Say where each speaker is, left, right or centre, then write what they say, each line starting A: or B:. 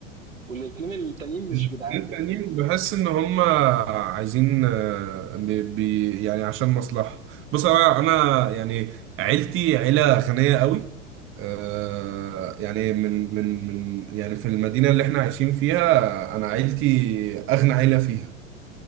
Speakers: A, on the right (about 85°); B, on the right (about 30°).
A: والاثنين التانيين مش
B: الاتنين
A: جدعان
B: التانيين بحس ان هم عايزين آه، بي بي يعني عشان مصلحة بص انا انا يعني عيلتي عيلة غنية قوي آه يعني من من من يعني في المدينة اللي احنا عايشين فيها انا عيلتي اغنى عيلة فيها